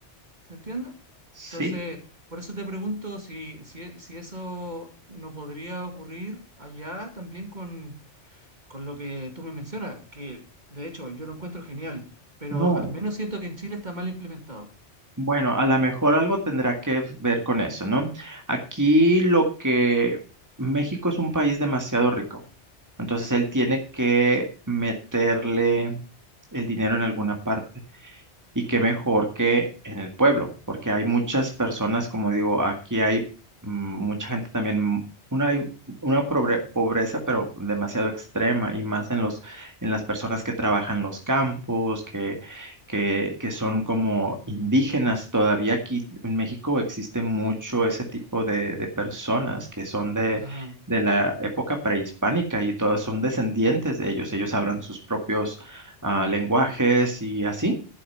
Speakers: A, on the right; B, on the right.
A: ¿se entiende?
B: Sí.
A: Entonces, por eso te pregunto si, si, si eso no podría ocurrir allá también con, con lo que tú me mencionas, que de hecho yo lo encuentro genial, pero
B: No,
A: al menos siento que en Chile está mal implementado.
B: bueno, a lo mejor algo tendrá que ver con eso, ¿no? Aquí lo que México es un país demasiado rico, entonces él tiene que meterle el dinero en alguna parte. Y qué mejor que en el pueblo, porque hay muchas personas, como digo, aquí hay mm, mucha gente también, mm, una, hay una pobre- pobreza, pero demasiado extrema, y más en los, en las personas que trabajan los campos, que, que, que son como indígenas. Todavía aquí en México existe mucho ese tipo de, de personas que son de,
A: Ajá,
B: de la época prehispánica y todos son descendientes de ellos. Ellos hablan sus propios ah, lenguajes y así